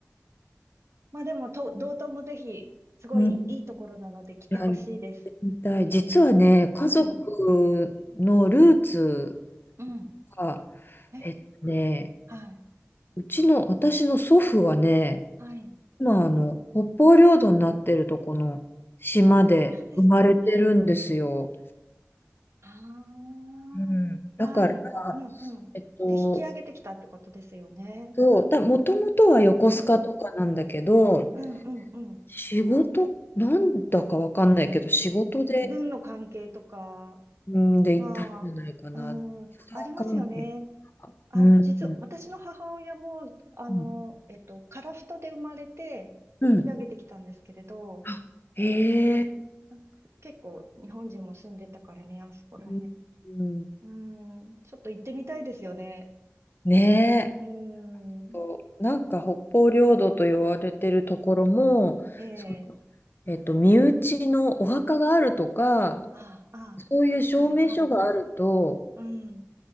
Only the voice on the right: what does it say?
まあでも、と、道東もぜひ、すごいいいところなので来てほしいです。
うん。うん。
え、
はい。
はい。
そうなんですかああー、
はい。うんうん。
で、引き上げてきたってことですよね。
うん。うんうんうん。
軍の関係とか、
まあ、
うん、
ありますよね。あ、
実は、
私の母親も、あの、
えっと、樺太で生まれて、
引き上げてきたんですけれど、
はい。なんか結構、日本人も住んでたからね、あそこら辺。
うん、ちょっと行ってみたいですよね。
うん、
ええ
ああ、
あはい、はい。うん、